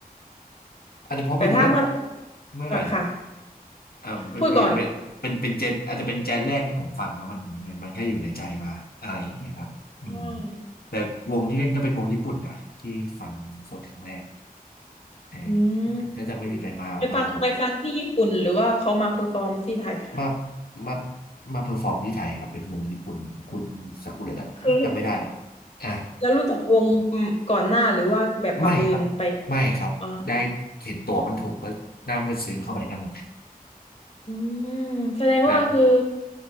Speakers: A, on the left; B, on the left.
A: อาจจะเพราะเป็นว่า
B: แต่ถ้าเมื่อไหร่
A: เมื่อไหร่
B: อะค่ะ
A: เออเป็นเป็นเป็นเป็นเป็นแจ๊สอาจจะเป็นแจ๊สแรกที่ผมฟังแล้วมันมันมันก็อยู่ในใจมาอะไรอย่างเงี้ยครับอืม
B: พูดก่อนอืม
A: แต่วงที่เล่นก็เป็นวงญี่ปุ่นนะที่ฟังสดครั้งแรก
B: <laughs>
A: เออ
B: อืม
A: ก็จะไม่มีไปมามากับ
B: ไปฟังไปฟังที่ญี่ปุ่นหรือว่าเขามาเพอร์ฟอร์มที่ไทยค่ะ
A: มามามาเพอร์ฟอร์มที่ไทยครับเป็นวงญี่ปุ่นคุณซากุระดะจำไม่ได้ละ
B: คือ
A: อ่ะ
B: แล้วรู้จักวงอืมก่อนหน้าหรือว่าแบบบังเอิญไป
A: ไม่ครับไม่ครับได้
B: อ่า
A: เห็นตัวมันถูกก็หน้ามืดซื้อเข้าไปนั่ง
B: อืมแสดงว่าคือ
A: นะ